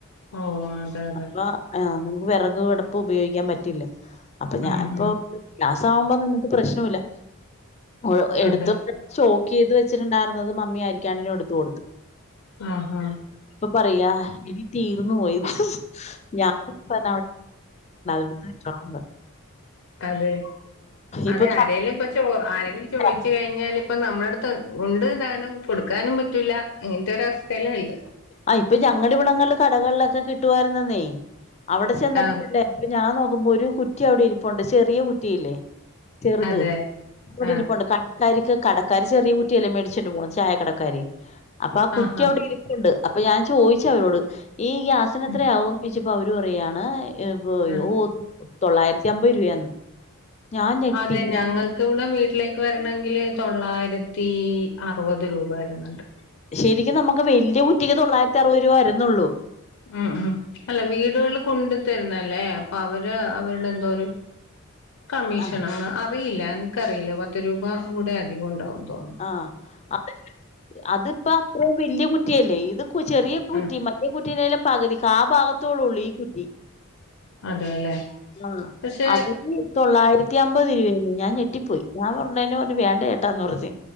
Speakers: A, on the left; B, on the left.
A: ഓഹ് അങ്ങൻതെത്
B: അപ്പൊ ആഹ് നമക്ക് വെറക് അട്പ്പ് ഉപയോഗിക്കാൻ പറ്റില്ല അപ്പ ഞാൻപ്പോ
A: ഉം ഉം
B: ഗ്യാസാവുമ്പോ നമക്ക് പ്രശ്നുല്ല ഓഹ് എട്ത്ത്
A: അതെ
B: സ്റ്റോക്കെയ്ത് വെ ച്ച്ട്ട്ണ്ടായിര്ന്നത് മമ്മിയരിക്കാണ്ടിനെട്ത്ത് കൊടുത്ത്
A: ആഹ് ആഹ്
B: ഇപ്പൊ പറയാ എടി തീർന്നു പോയന്ന്. ഞാനി പർ <unintelligible>
A: അതെ അതെ
B: ഇപ്പൊ
A: ആരെലൊക്കെ ചോ ആരെങ്കിലും
B: കറണ്ട്
A: ചോയ്ച്ച് കഴി ഞ്ഞാലിപ്പം നമ്മളെട്ത്ത് ഉണ്ട് താനും കൊട്ക്കാനും പറ്റ്ല്ല അങ്ങൻത്തൊരവസ്ഥെല്ലള്ളെ
B: ആഹ് ഇപ്പൊ ഞങ്ങടെവടങ്ങളിൽല് കടകൾലൊക്കെ കിട്ടുവായിര്ന്നന്നെയ് അവടെ ചെന്നപ്പോല്ലേ
A: ആഹ്
B: അപ്പൊ ഞാൻ നോക്കുമ്പോ ഒരു കുറ്റി അവടെയിരിപ്പുണ്ട് ചെറിയ കുറ്റിയില്ലേ ചെറ്ത്
A: അതെ
B: അവടെരിപ്പുണ്ട്
A: ആഹ്
B: ക ക്കാരിക്ക് കടക്കാാര് ചെറിയ കുറ്റിയല്ലേ മേടിച്ചോണ്ട് പോന്നത് ചായ കടക്കാര് അപ്പൊ ആ കുറ്റ്യവടെയിരി
A: ആഹ് ആഹ്
B: പ്പ്ണ്ട് അപ്പ ഞാൻ ചോയിച്ചവരോട് ഈ ഗ്യാസിനെത്രയാവുന്ന്
A: ഉം
B: ചോയിച്ചപ്പോ അവര് പറയാണ് ഇപ്പോ
A: ആഹ്
B: ഓ <unintelligible> തൊള്ളായിരത്തി അമ്പത് രൂപയാന്ന്. ഞാൻ ഞെട്ടി
A: അതെ ഞങ്ങ
B: ഞാൻ
A: ക്കിവിടം വീട്ടിലേക്ക് വെര്ണെങ്കില് തൊള്ളായിരത്തി അറുപത് രൂപ വെര്ന്ന്ണ്ട്.
B: ശെരിക്കും നമക്ക് വെല്ല്യെ കുറ്റിക്ക് തൊള്ളായിരത്തി അറുപത് രൂവ വെര്ന്നൊള്ളൂ.
A: ഉം ഉം അല്ല വീടുകൾല് കൊണ്ട് തര്ന്നല്ലേ അപ്പൊ അവര് അവര്ടെ എന്തോര് കമ്മീഷന
B: ആ
A: ആ റിയില്ല എൻക്കറിയില്ല പത്ത് രൂപ കൂടെ അധികണ്ടാവും തോന്ന്ണ്.
B: ആഹ് അ <unintelligible> അത്പ്പ അത്രേം വെല്ല്യെ കുറ്റ്യല്ലേ ഇത് ക്കു ചെറിയ കുറ്റി
A: ആഹ്
B: മറ്റേ കുറ്റീലേലും പക് തി കാഭാഗത്തോ ളൊള്ളൂ ഈ കുറ്റി
A: അതെല്ലേ
B: ആഹ്
A: പക്ഷെ
B: അത് ന് തൊള്ളായിരത്തി അമ്പത് രൂപയന്ന് ഞാൻ ഞെട്ടിപ്പോയി ഞാൻ പർഞ്ഞേന് പർഞ്ഞ് വേണ്ട ചേട്ടാന്ന് പർഞ്ഞ്